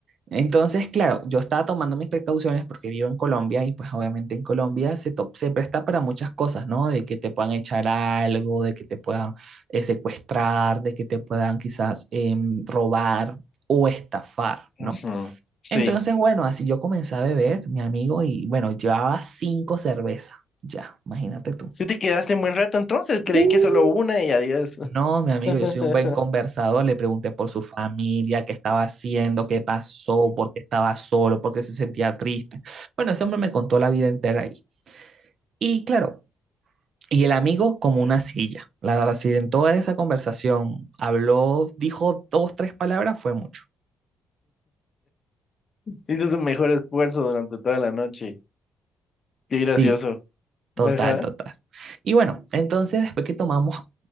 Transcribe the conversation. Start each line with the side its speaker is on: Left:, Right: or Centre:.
Right: entonces, claro, yo estaba tomando mis precauciones porque vivo en Colombia y pues obviamente en Colombia se, to- se presta para muchas cosas, ¿no? De que te puedan echar algo, de que te puedan eh, secuestrar, de que te puedan quizás em, robar o estafar, ¿no?
Left: Ujú, Sí.
Right: Entonces, bueno, así yo comencé a beber, mi amigo, y bueno, llevaba cinco cervezas, ya, imagínate tú.
Left: Sí te quedaste un buen rato entonces, creí
Right: Uh.
Left: que solo una y adiós.
Right: No, mi amigo,
Left: <laughs>
Right: yo soy un buen conversador, le pregunté por su familia, qué estaba haciendo, qué pasó, por qué estaba solo, por qué se sentía triste. Bueno, ese hombre me contó la vida entera ahí. Y claro, y el amigo como una silla, la verdad, si en toda esa conversación habló, dijo dos, tres palabras, fue mucho.
Left: Hizo su mejor esfuerzo durante toda la noche. Qué gracioso.
Right: Sí, total,
Left: Ajá.
Right: total. Y bueno, entonces después que tomamos